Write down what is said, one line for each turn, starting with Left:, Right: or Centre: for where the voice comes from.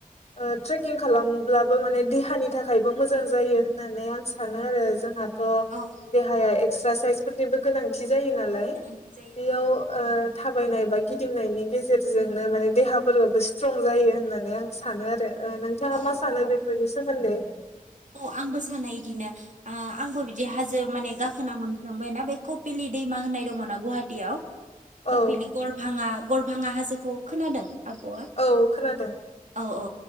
Left: ओ ट्रेकिं खालामब्लाबो माने देहानि थाखायबो मोजां जायो होननानै आं सानो आरो जोंहा थ
Right: औ
Left: देहाया एक्सारसाइसफोरनिबो गोनांथि जायो नालाय
Right: गोनांथि जायो
Left: बेयाव
Right: औ
Left: ओ। थाबायनाय बा गिदिंनायनि गेजेर जोंनो माने देहाफोराबो स्ट्रं जायो होननानै आं सानो आरो। ओ नोंथाङा
Right: औ
Left: मा सानो बेफोरनिस? सोमोन्दै।
Right: औ आंबो सानो इदिनो ओ आंबो बिदि हाजो माने गाखोना मोनफ्लांबायना बे कपिलि दैमा होननाय दङ'ना गुवाहाटियाव। कपिलि
Left: औ
Right: गर भाङा गर भाङा हाजोखौ खोनादों? आब'आ?
Left: औ खोनादों
Right: औ औ।